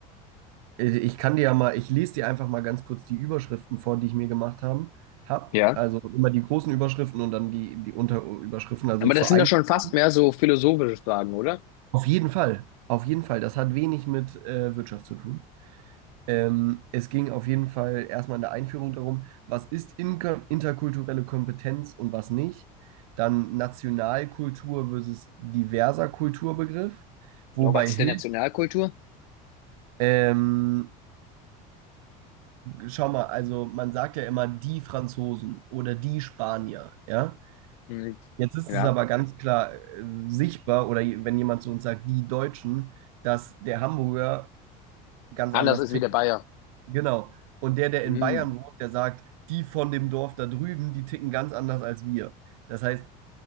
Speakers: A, on the right (about 85°); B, on the left (about 85°).
A: äh, ich kann dir ja mal, ich lese dir einfach mal ganz kurz die Überschriften vor, die ich mir gemacht haben, hab.
B: Ja.
A: Also immer die großen Überschriften und dann die, die Unterüberschriften, also
B: Aber
A: zur
B: das sind
A: Einführung.
B: ja schon fast mehr so philosophische Fragen, oder?
A: Auf jeden Fall, auf jeden Fall. Das hat wenig mit äh, Wirtschaft zu tun. Ähm, es ging auf jeden Fall erstmal in der Einführung darum, was ist Inka- interkulturelle Kompetenz und was nicht. Dann Nationalkultur versus diverser Kulturbegriff. Wobei
B: Ja, was ist
A: hilft,
B: denn Nationalkultur?
A: ähm, schau mal, also man sagt ja immer die Franzosen oder die Spanier, ja.
B: Hm,
A: Jetzt ist
B: ja.
A: es aber ganz klar äh, sichtbar, oder je- wenn jemand zu uns sagt, die Deutschen, dass der Hamburger ganz
B: Anders
A: anders
B: ist
A: tickt
B: wie der Bayer.
A: Genau. Und der, der
B: Hm.
A: in Bayern wohnt, der sagt, die von dem Dorf da drüben, die ticken ganz anders als wir. Das heißt,